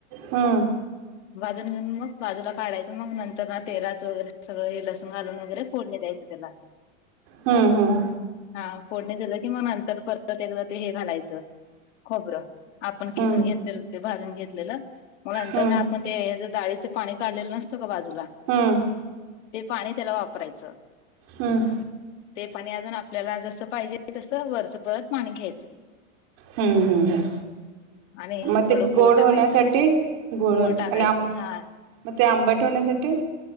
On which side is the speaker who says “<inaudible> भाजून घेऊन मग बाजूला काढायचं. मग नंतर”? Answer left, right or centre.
Left